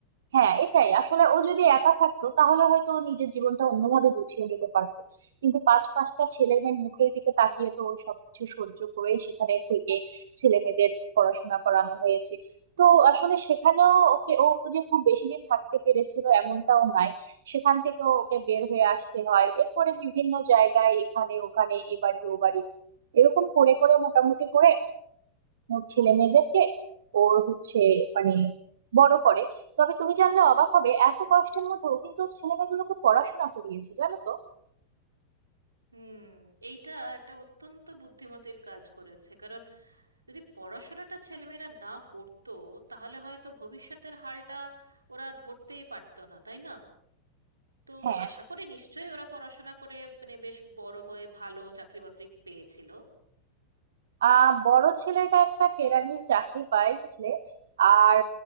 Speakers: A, on the right; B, on the right.
A: হ্যাঁ এটাই আসলে ও যদি একা থাকতো তাহলে হয়তো ও নিজের জীবনটা অন্যভাবে গুছিয়ে নিতে পারতো কিন্তু পাঁচ পাঁচটা ছেলে মেয়ের মুখের দিকে তাকিয়ে তো ও সবকিছু সহ্য করে সেখানে থেকে ছেলে মেয়েদের পড়াশোনা করানো হয়েছে তো আসলে সেখানেও ওকে ও যে খুব বেশি দিন থাকতে পেরেছিল এমনটাও নাই সেখান থেকে ওকে বের হয়ে আসতে হয় এরপরে বিভিন্ন জায়গায় এখানে ওখানে এ বাড়ি ও বাড়ি এরকম করে করে মোটামুটি করে ওর ছেলে মেয়েদেরকে ওর হচ্ছে মানে বড় করে তবে তুমি জানলে অবাক হবে এত কষ্টের মধ্যেও কিন্তু ওর ছেলে মেয়েগুলোকে পড়াশোনা করিয়েছে জানো তো
B: হুম এইটা একটা অত্যন্ত বুদ্ধিমতির কাজ করেছে কারণ যদি পড়াশোনাটা ছেলেমেয়েরা না করতো তাহলে হয়তো ভবিষ্যতের হালটা ওরা ধরতেই পারতো না তাই না তো
A: হ্যাঁ
B: আশা করি নিশ্চয়ই ওরা পড়াশোনা করে মানে বেশ বড় হয়ে ভালো চাকরি বাকরি পেয়েছিল
A: আহ বড় ছেলেটা একটা কেরানির চাকরি পায় বুঝলে আর